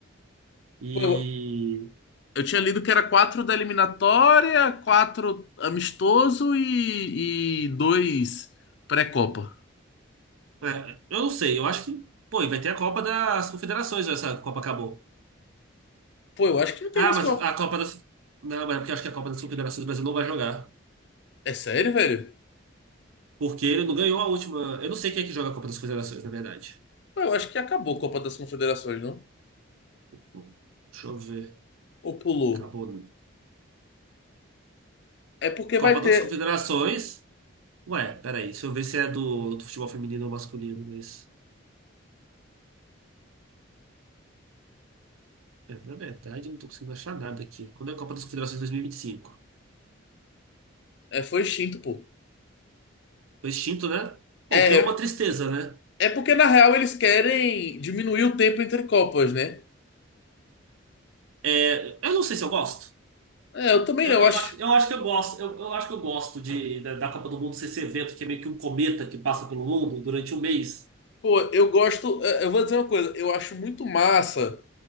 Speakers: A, on the right; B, on the left.
A: E
B: Pô, eu, eu tinha lido que era quatro da eliminatória, quatro amistoso e, e dois pré-Copa.
A: é, eu não sei, eu acho que, pô, e vai ter a Copa das Confederações, ou essa Copa acabou.
B: Pô, eu acho que não tem
A: Ah,
B: mais
A: mas
B: Copa.
A: a Copa das. Não, mas é porque eu acho que a Copa das Confederações o Brasil não vai jogar.
B: É sério, velho?
A: Porque ele não ganhou a última. Eu não sei quem é que joga a Copa das Confederações, na verdade.
B: Pô, eu acho que acabou a Copa das Confederações, não?
A: Bom, Deixa eu ver.
B: Ou pulou?
A: Acabou.
B: É porque
A: Copa
B: vai ter.
A: das Confederações. Ué, peraí, deixa eu ver se é do, do futebol feminino ou masculino, mas. É, na verdade, não tô conseguindo achar nada aqui. Quando é a Copa das Confederações 2025?
B: É, foi extinto, pô.
A: Foi extinto, né? Pô,
B: É,
A: o que é uma tristeza, né?
B: É porque, na real, eles querem diminuir o tempo entre Copas, né?
A: É, eu não sei se eu gosto.
B: É, eu também
A: Eu,
B: não,
A: eu
B: eu acho.
A: acho, eu acho que eu gosto. Eu, eu acho que eu gosto de, da, da Copa do Mundo ser esse evento que é meio que um cometa que passa pelo mundo durante um mês.
B: Pô, eu gosto. é, Eu vou dizer uma coisa, eu acho muito massa